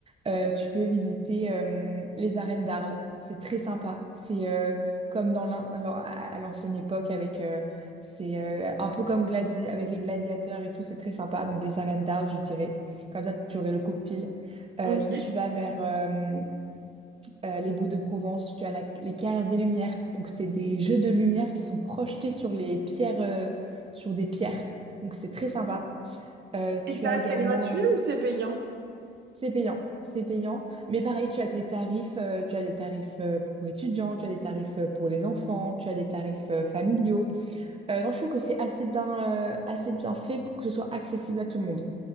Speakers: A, on the right; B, on the right.
A: euh, tu peux visiter euh, les arènes d'Arles. C'est très sympa. C'est euh, comme dans l'an- l'an- à l'ancienne époque avec, euh, c'est euh, un peu comme gladi avec les gladiateurs et tout. C'est très sympa. Donc les arènes d'Arles, je dirais. Comme ça, tu aurais le coup pile. Euh,
B: ok.
A: si tu vas vers euh, euh, les baux de Provence, tu as la- les carrières des lumières. Donc, c'est des jeux de lumière qui sont projetés sur les pierres, euh, sur des pierres. Donc, c'est très sympa. Euh,
B: Et
A: tu
B: ça,
A: as également,
B: c'est gratuit ou c'est payant?
A: c'est payant, c'est payant. Mais pareil, tu as des tarifs, euh, tu as des tarifs euh, pour étudiants, tu as des tarifs euh, pour les enfants, tu as des tarifs euh, familiaux. Euh, non, je trouve que c'est assez bien, euh, assez bien fait pour que ce soit accessible à tout le monde.